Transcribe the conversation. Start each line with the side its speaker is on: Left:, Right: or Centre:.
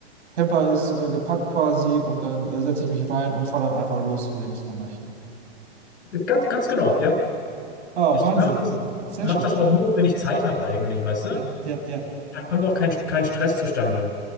Right: Camper ist äh, gepackt quasi und dann äh, setze ich mich rein und fahre dann einfach los, wohin ich da möchte.
Left: Ganz, ganz genau, ja.
Right: Ah,
Left: Ich
Right: Wahnsinn.
Left: mache das,
Right: Sehr
Left: mach
Right: schön.
Left: das auch nur, wenn ich Zeit habe eigentlich, weißt du?
Right: Ja, ja, ja.
Left: Da kommt auch kein, kein Stress zustande.